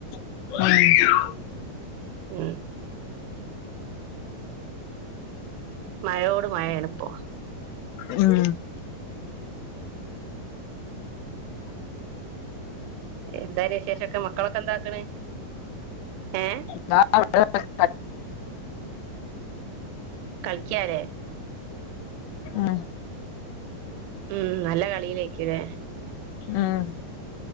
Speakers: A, on the left; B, on the right.
A: ഉം
B: ഉം മഴയോട് മഴേണിപ്പോ.
A: ഉം
B: എന്താര് വിശേഷൊക്കെ മക്കളൊക്കെ എന്താക്ക്ണ്? ഏഹ്
A: <unintelligible>
B: കളിക്ക്യാലേ
A: ഉം
B: ഉം നല്ല കളിയിലേക്ക്യുല്ലേ?
A: ഉം